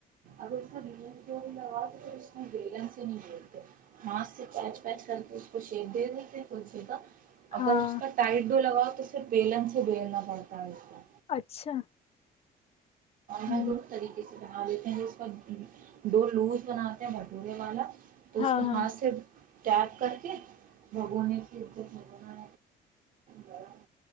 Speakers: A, on the right (about 55°); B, on the left (about 35°).
A: اگر اس لگا اس بین ہی نہیں بتے ہاتھ سے پچ کر کے اس کو شی دے دیتے کلسی کا اگر
B: ہاں
A: کا تائٹ ڈولاگا تو صرف بیلن سے ہی بیلنا پڑتا ہے کا
B: اچھا ہوں
A: ہ گ طریق سے بنا دیتے ہیں اس کا ڈ لوز بناتے ہیں بھٹورے والا تو
B: ہاں
A: اس کو
B: ہاں
A: ہاتھ سے ٹیگ کر کے بھگونے کی عزت نہیں بنا گرم